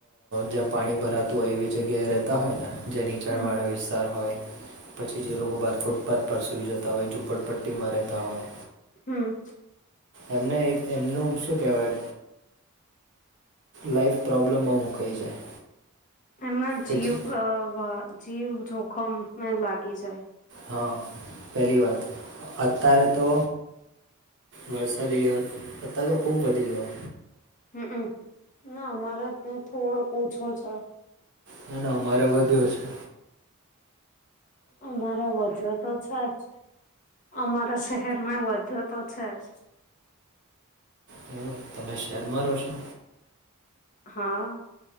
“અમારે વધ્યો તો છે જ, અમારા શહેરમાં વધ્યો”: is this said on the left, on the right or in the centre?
Left